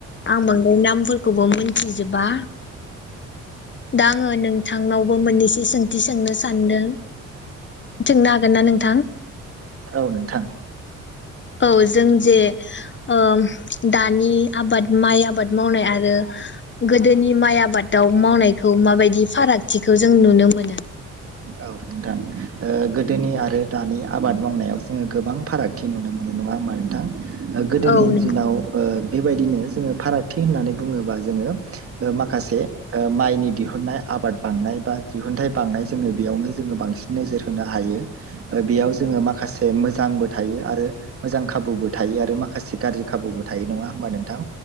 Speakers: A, on the left; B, on the right.
A: आं बांद्राय नामफोर खौबो मिथिजोबा। दा आङो नोंथांनावबो मोननैसो सोंथि सोंनो सानदों। सोंनो हागोन ना नोंथां?
B: औ नोंथां।
A: औ जों जे ओ दानि आबाद माइ आबाद मावनाय आरो गोदोनि माइ आबादाव मावनायखौ माबायदि फारागथिखौ जों नुनो मोनो?
B: औ नोंथां ओ गोदोनि आरो दानि आबाद मावनायाव जोङो गोबां फारागथि नुनो मोनो नङा होमबा नोंथां? ओ गोदोनि
A: औ नंगौ
B: दिनाव ओ बेबायदिनो जोङो फारागथि होननानै बुङोबा जोङो ओ माखासे ओ माइनि दिहुननाय आबाद बांनाय बा दिहुनथाइ बांनाय जोङो बेयावनो जो बांसिन नोजोर होनो हायो ओ बेयाव जोङो माखासे मोजांबो थायो आरो मोजां खाबुबो थायो आरो माखासे गाज्रि खाबुबो थायो नङा होमबा नोंथां?